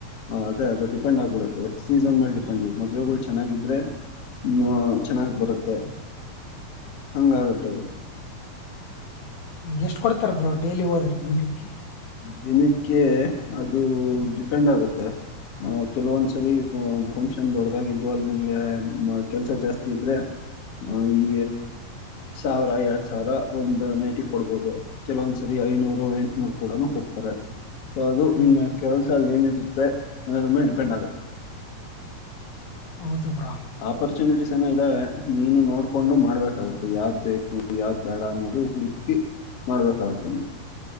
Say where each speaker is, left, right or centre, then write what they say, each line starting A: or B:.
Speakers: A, on the left; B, on the left.
A: ಹ ಅದೇ ಅದು ಡಿಪೆಂಡ್ ಆಗ್ಬಿಡುತ್ತೆ ಸೀಸನ್ ಮೇಲೆ ಡಿಪೆಂಡ್ ಮದ್ೆಗಳು ಚೆನ್ನಾಗಿದ್ರೆ ಹ್ಮ ಚೆನ್ನಾಗ್ ಬರುತ್ತೆ ಹಂಗಾಗತ್ತೆದು
B: ಎಷ್ಟ ಕೊಡ್ತಾರೆ ಬ್ರೋ ಡೈಲಿ ಹೋದ್ರ ದಿನಕ್ಕೆ
A: ದಿನಕ್ಕೆ ಅದು ಡಿಪೆಂಡ್ ಆಗುತ್ತೆ ಅಹ ಕೆಲವೊಂದ್ಸರಿ ಫಂಕ್ಷನ್ ದೊಡಗಾಗಿದ್ದು ಅಲ್ಲಿ ನನಗೆ ಕೆಲ್ಸ ಜಾಸ್ತಿ ಇದ್ರೆ ಹ ಈ ಸಾವಿರ ಎರಡ್ ಸಾವಿರ ಒಂದ್ ನೈಟಿಗೆ ಕೊಡ್ಬೋುದು ಕೆಲವೊಂದ್ಸರಿ ಐನೂರು ಎಂಟುನೂರು ಕೂಡ ಕೊಡ್ತಾರೆ ಸೊ ಅದು
B: ಹ್ಮ್
A: ನಿನ್ನ ಕೆಲಸಲ್ಲಿ ಏನಿರುತ್ತೆ ಅನ್ನೋದ್ರ ಮೇಲೆ ಡಿಪೆಂಡ್ ಆಗುತ್ತೆ
B: ಹೌದುಪರ
A: ಆಪರ್ಚುನಿಟೀಸ್ ಏನೋ ಇದ್ದಾವೆ ನೀನು ನೋಡ್ಕೊಂಡು ಮಾಡ್ಬೇಕಾಗುತ್ತೆ ಯಾವ್ದ್ ಬೇಕು ಯಾವ್ದ್ ಬೇಡ ಅನ್ನೋದು ಹುಡುಕಿ ಮಾಡ್ಬೇಕಾಗುತ್ತೇನೆ